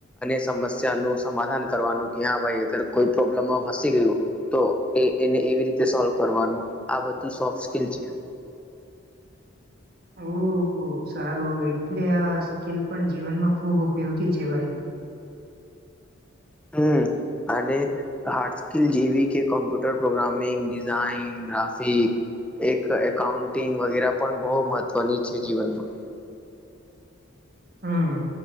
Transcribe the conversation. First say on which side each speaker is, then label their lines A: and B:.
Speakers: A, in the centre; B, on the right (about 45°).
A: સમસ્યા નું સમાધાન કરવાનું કે હા ભાઈ અગર કોઈ પ્રોબ્લેમમાં ફસી ગયું તો એ એને એવી રીતે સોલ્વ કરવાનું આ બધું સોફ્ટ સ્કીલ છે
B: ઓ સારું એટલે આ સ્કીલ પણ જીવનમાં ખુબ ઉપયોગી છે ભાઈ
A: હમ્મ અને હાર્ડ સ્કલ જેવી કે કોમ્પ્યુટર પ્રોગ્રામિંગ ડિઝાઇન ગ્રાફિક એક એકાઉન્ટિંગ વગેરે પણ બહુ મહત્વની છે જીવનમાં
B: હમ્મ